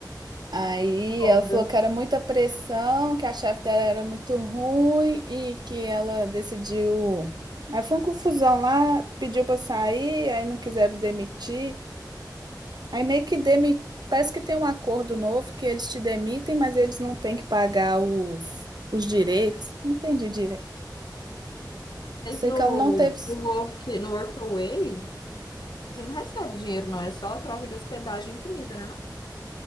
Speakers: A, on the right; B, on the left.
A: Aí
B: Foda.
A: ela falou que era muita pressão, que a chefe dela era muito ruim e que ela decidiu. Aí foi uma confusão lá, pediu para sair, aí não quiseram demitir. Aí meio que demi... parece que tem um acordo novo que eles te demitem, mas eles não têm que pagar os, os direitos. Não Entendi direito.
B: Mas
A: Sei
B: no,
A: que ela não teve.
B: no work, no Workaway, você não recebe dinheiro, não. É só troca de hospedagem e comida, né? Não?